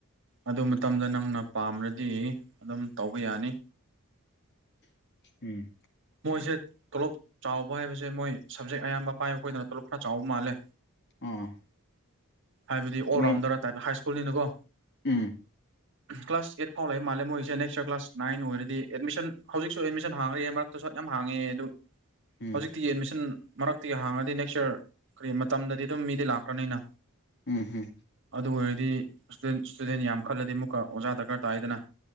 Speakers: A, on the right; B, on the left.
A: ꯑꯗꯨ ꯃꯇꯝꯗ ꯅꯪꯅ ꯄꯥꯝ꯭ꯔꯗꯤ ꯑꯗꯨꯝ ꯇꯧꯕ ꯌꯥꯅꯤ
B: ꯎꯝ
A: ꯃꯣꯏꯁꯦ ꯇꯣꯂꯣꯞ ꯆꯥꯎꯕ ꯍꯥꯏꯕꯁꯦ ꯃꯣꯏ ꯁꯕꯖꯦꯛ ꯑꯌꯥꯝꯕ ꯄꯥꯏꯕ ꯈꯣꯏꯗꯅ ꯇꯣꯂꯣꯞ ꯈꯔ ꯆꯥꯎꯕ ꯃꯥꯜꯂꯦ
B: ꯑꯥ
A: ꯍꯥꯏꯕꯗꯤ ꯑꯣꯜ
B: ꯃꯦꯟ
A: ꯔꯥꯎꯟꯗꯔ ꯍꯥꯏ ꯁ꯭ꯀꯨꯜꯅꯤꯅꯀꯣ
B: ꯎꯝ
A: ꯀ꯭ꯂꯥꯁ ꯑꯩꯠ ꯐꯥꯎ ꯂꯥꯛꯏ ꯃꯥꯜꯂꯦ ꯃꯣꯏꯁꯦ ꯅꯦꯛꯁꯔ ꯀ꯭ꯂꯥꯁ ꯅꯥꯏꯟ ꯑꯣꯏꯔꯗꯤ ꯑꯦꯗꯃꯤꯁꯟ ꯍꯧꯖꯤꯛꯁꯨ ꯑꯦꯗꯃꯤꯁꯟ ꯍꯥꯡꯉ꯭ꯔꯦ ꯁꯨꯠ ꯌꯥꯝ ꯍꯥꯡꯉꯦ ꯑꯗꯨ
B: ꯎꯝ
A: ꯍꯧꯖꯤꯛꯇꯤ ꯑꯦꯠꯃꯤꯁꯟ ꯃꯔꯛꯇꯒꯤ ꯍꯥꯡꯉꯗꯤ ꯅꯦꯛꯁ ꯌꯔ ꯀꯔꯤ ꯃꯇꯝꯗꯗꯤ ꯑꯗꯨꯝ ꯃꯤꯗꯤ ꯂꯥꯛꯈ꯭ꯔꯅꯤꯅ
B: ꯎꯝ ꯍꯝ
A: ꯑꯗꯨ ꯑꯣꯏꯔꯗꯤ ꯏꯁꯇꯨꯗꯦꯟ ꯌꯥꯝ ꯈꯜꯂꯗꯤ ꯑꯃꯨꯛꯀ ꯑꯣꯖꯥ ꯗꯔꯀꯥꯔ ꯇꯥꯏꯗꯅ